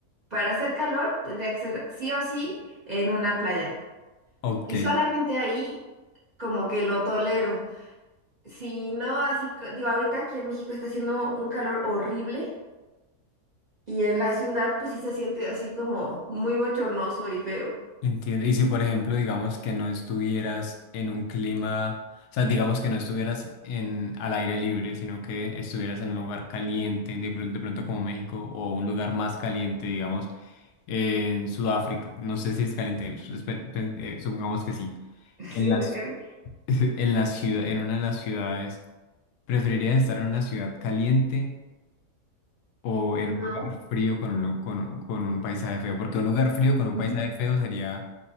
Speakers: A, on the right; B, on the left.
A: para hacer calor, tendría que ser sí o sí en una playa.
B: Ok,
A: Y solamente ahí como que lo tolero. Si no, así, co- digo, ahorita aquí en México está haciendo un calor horrible y en la ciudad pues sí se siente así como muy bochornoso y feo.
B: entiendo. Y si, por ejemplo, digamos que no estuvieras en un clima, o sea, digamos que no estuvieras en, al aire libre, sino que estuvieras en un lugar caliente, de, pr- de pronto como México, o un lugar más caliente, digamos, en Sudáfrica. No sé si es caliente, espe- pe- eh, supongamos que sí.
A: <laughs>
B: En
A: Sí,
B: las
A: ¿no creen?
B: <laughs> En la ciudad, en una de las ciudades, ¿preferirías estar en una ciudad caliente o
A: No.
B: en un lugar frío con un, lu- con, con un paisaje feo? Porque un lugar frío con un
A: <laughs>
B: paisaje feo sería